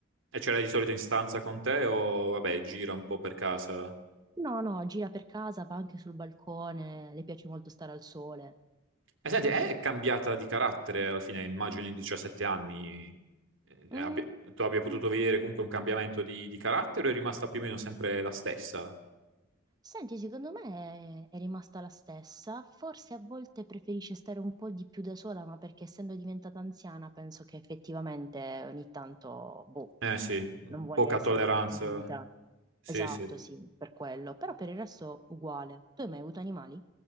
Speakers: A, on the right; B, on the right.
A: ce l'hai di solito in stanza con te o vabbè, gira un po' per casa?
B: No, no, gira per casa, va anche sul balcone, le piace molto stare al sole.
A: E senti, è cambiata di carattere alla fine, immagino in 17 anni, eh,
B: Mm,
A: abbia- tu abbia potuto
B: mm.
A: vedere comunque un cambiamento di, di carattere o è rimasta più o meno sempre la stessa?
B: Senti, secondo me è, è rimasta la stessa, forse a volte preferisce stare un po' di più da sola, ma perché essendo diventata anziana penso che effettivamente ogni tanto, boh,
A: Eh sì,
B: non voglia
A: poca
B: essere
A: tolleranza,
B: infastidita.
A: sì
B: Esatto,
A: sì.
B: sì, per quello, però per il resto uguale. Tu hai mai avuto animali?